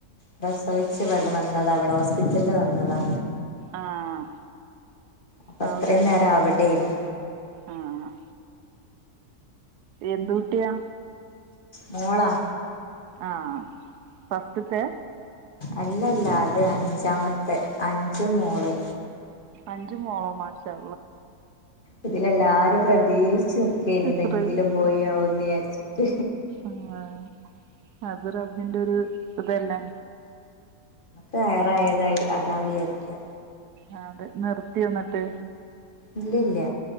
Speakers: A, on the left (about 35°); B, on the right (about 80°).
A: പ്രസവിച്ച് കൊണ്ട് വന്നതാ ഇവിടെ ഹോസ്പിറ്റലില് വന്നതാ
B: ആഹ്
A: അപ്പൊ
B: ആ
A: ഇത്രയും
B: അവിടെയാണോ
A: നേരം അവിടെയ്നു
B: ആഹ് എന്ത് കുട്ടിയാ
A: മോളാ
B: ആഹ് ഫസ്റ്റ്ത്തെ
A: അല്ലല്ലാ ഇത് അഞ്ചാമത്തെ അഞ്ചു മോള്
B: അഞ്ചു മോളോ മാഷാ
A: ഇതിലല്ലാ ആരും പ്രതീഷ് ചുക്കന്
B: അള്ളാ
A: ഇതെങ്കിലും പോയിയാവുന്ന് വിചാരിച്ചിട്ട്
B: ആഹ് അത് റബ്ബിന്റെ ഒരു ഇതല്ലേ
A: വയറെയതായി അതാ വിചാരിക്കും
B: ആ അതെ നിർത്തിയോ എന്നിട്ട്
A: ഇല്ലില്ല